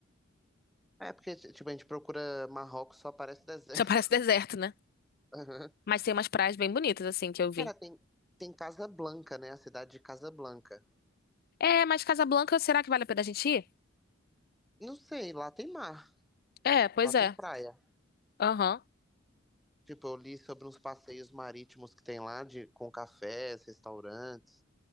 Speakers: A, in the centre; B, on the left.
A: É porque, tipo, a gente procura Marrocos, só parece deserto.
B: Só <laughs> parece deserto, né?
A: <laughs> Aham.
B: Mas tem umas praias bem bonitas, assim, que eu vi.
A: Cara, tem, tem Casablanca, né? A cidade de Casablanca.
B: É, mas Casablanca, será que vale a pena a gente ir?
A: Não sei, lá tem mar,
B: É, pois
A: lá tem
B: é.
A: praia.
B: Aham.
A: Tipo, eu li sobre uns passeios marítimos que tem lá de, com cafés, restaurantes.